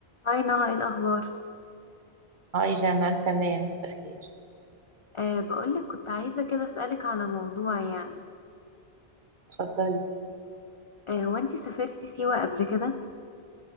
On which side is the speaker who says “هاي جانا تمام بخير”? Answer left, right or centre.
Right